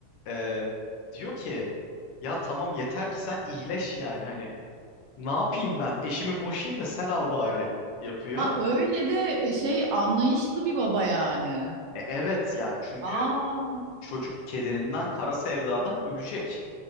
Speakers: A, on the left; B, on the right.
A: e, diyor ki Ya tamam yeter ki sen iyileş yani hani ne yapayım ben eşimi boşayım da sen al bari yapıyor.
B: Ha öyle de e, şey anlayışlı bir baba yani.
A: E, evet ya çünkü
B: Aa,
A: çocuk kederinden kara sevdadan ölecek.